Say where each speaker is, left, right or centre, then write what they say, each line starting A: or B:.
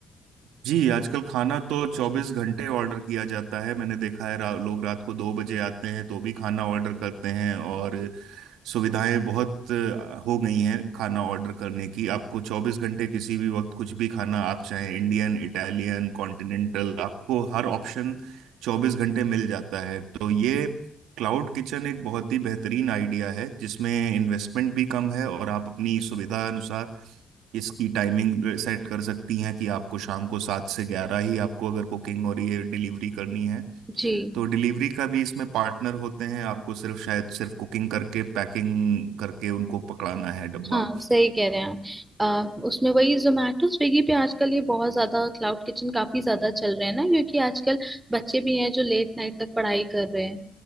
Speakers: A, on the right; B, on the right.
A: जी आजकल खाना तो चौबीस घंटे ऑर्डर किया जाता है मैंने देखा है रा, लोग रात को दो बजे आते हैं तो भी खाना ऑर्डर करते हैं और सुविधाएं बहुत अ, हो गई हैं खाना ऑर्डर करने की आपको चौबीस घंटे किसी भी वक्त कुछ भी खाना आप चाहें इंडियन इटालियन कॉन्टिनेंटल आपको हर ऑप्शन चौबीस घंटे मिल जाता है तो ये क्लाउड किचन एक बहुत ही बेहतरीन आइडिया है जिसमें इन्वेस्टमेंट भी कम है और आप अपनी सुविधा अनुसार इसकी टाइमिंग सेट कर सकती हैं कि आपको शाम को सात से ग्यारह ही आपको अगर कुकिंग और ये डिलीवरी करनी है
B: जी
A: तो डिलीवरी का भी इसमें पार्टनर होते हैं आपको सिर्फ शायद सिर्फ कुकिंग करके पैकिंग करके उनको पकड़ाना है डब्बा
B: हाँ सही कह रहे हैं आप अ, उसमें वही जोमेटो स्विगी पे आजकल ये बहुत ज्यादा क्लाउड किचन काफी ज्यादा चल रहे हैं ना क्योंकि आजकल बच्चे भी हैं जो लेट नाइट तक पढ़ाई कर रहे हैं